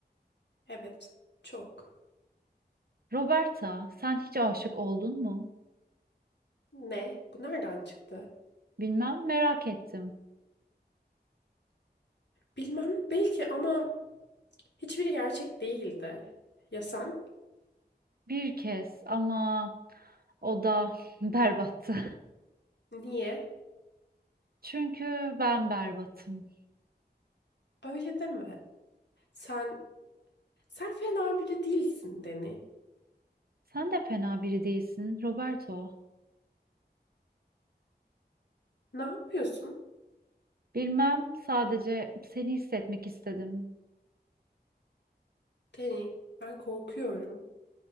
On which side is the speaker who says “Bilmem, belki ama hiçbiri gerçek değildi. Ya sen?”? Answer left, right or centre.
Left